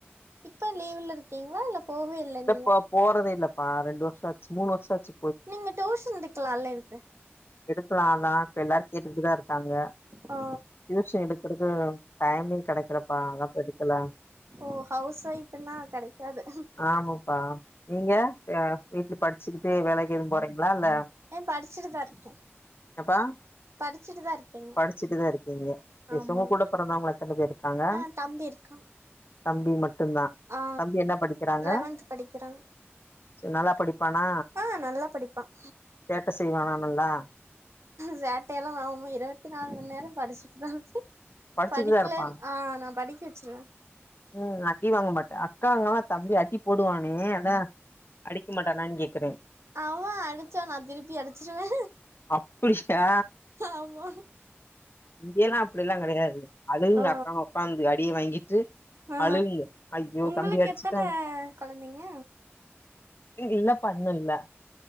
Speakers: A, on the right; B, on the left.
A: இப்ப லீவ்ல இருக்கீங்ளா இல்ல போகவே இல்ல
B: இல்லப்ப
A: நீங்க
B: போறதே இல்லப்பா ரெண்டு வருஷ ஆச்சு மூணு வருஷ ஆச்சு
A: நீங்க டூஷன் எடுக்கலா நல்ல இருக்கு
B: எடுக்கலாலா இப்ப எல்லாரு கேட்டுட்டுதா இருக்காங்க
A: ஓ
B: <inaudible> எடுக்கறக்கு டைமிங் கெடைக்கிலப்பா அதாப்ப எடுக்கல
A: ஓ ஹவுஸ் ஒய்ஃப்ன்னா கடைக்காது
B: ஆமாப்பா நீங்க ஆ வீட்ல படிச்சக்கிட்டு வேலைக்கு எதுவு போறீங்களா இல்ல
A: ஏ படிச்சுட்டுதா இருக்கே
B: எப்பா
A: படிச்சுட்டுதா இருக்கேங்க
B: படிச்சுட்டுதா இருக்கீங்க சஎஸ்
A: ஆமா
B: உங்க கூட பிறந்தவங்க எத்தன பேர் இருக்காங்க
A: ஆ தம்பி இருக்கா
B: தம்பி மட்டு தா
A: ஆ
B: தம்பி என்ன படிக் <unintelligible>
A: லெவன்த் படிக்கிறான்
B: நல்லா படிப்பானா
A: ஆ நல்லா படிப்பான்
B: சேட்ட செய்வாணா நல்லா
A: சேட்டைய எல்லா ஆகமோ இருவத்தி நாலு மண் நேர படிச்சுட்டு தா இருப்பொ
B: படிச்சுட்டுதா
A: படிக்கலன்
B: இருப்பா
A: ஆ நா படிக்க வச்சிருவே
B: ம் அடி வாங்க மாட்ட அக்காங்கல்லா தம்பி அடி போடுவானே அதா அடிக்க மாட்டானான்னு கேக்குறே
A: அவ அடிச்சா நா திருப்பி அடிச்சிருவே
B: அப்புடியா
A: ஆமா
B: இங்கயெல்லா அப்டியஎல்லா கிடையாது அலுவுங்க
A: ஓ
B: அக்காவு ஒக்காந்து அடிய வாங்கிட்டு
A: ஆ
B: அழுங்க ஐயோ
A: உங்களுக்கு
B: தம்பி அடிச்சிட்டா
A: எத்தன கொழந்தைங்க
B: இல்லப இன்னு இல்லைபண்